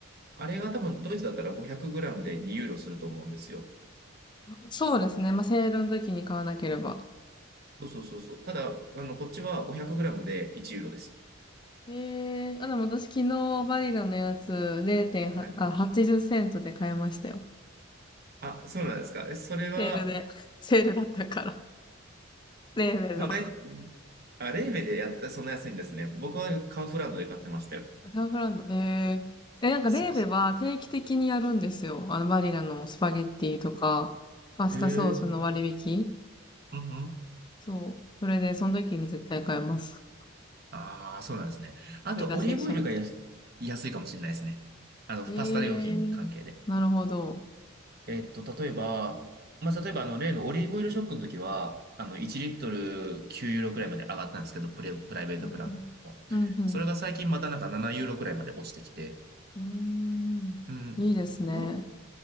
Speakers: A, on the right (about 50°); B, on the left (about 25°).
A: あれが多分ドイツだったら 500g で2ユーロすると思うんですよ。
B: あそうですね。
A: ど
B: まあセールの時に買わなければ
A: うそうそうそうそう。ただ、あの、こっちは 500g で1ユーロです。
B: ええーあ、でも私昨日バリラのやつ0.8、
A: はい。
B: あ、80セントで買いましたよ。
A: あ、そうなんですか。えそれは、
B: セールで。<laughs> セールだったから。レーベの。
A: でもだいあ、レーベでやっ、そんな安いんですね。僕はカウフランドで買ってましたよ。
B: カンフランド。えええ、なんかレーベは定期的にやるんですよ。
A: そうです。
B: あのバリラのスパゲッティとか、パスタソースの割引。
A: へえ。うんうん。
B: そう。それで、その時に絶対買います。
A: ああ、そうなんですね。あと、
B: それ脱線しちゃいます。
A: オリーブオイルが安、安いかもしれないですね。あの、パスタ用品関係で。
B: ええーなるほど。
A: えっと、例えば、まあ、例えば、あの、例のオリーブオイルショックの時は、あの、1リットル9ユーロくらいまで上がったんですけど、プレ、プライベートブランドでも。
B: うんうん。うん
A: それが最近またなんか7ユーロくらいまで落ちてきて、
B: うん。うーん。
A: うん、
B: いいですね。
A: ど、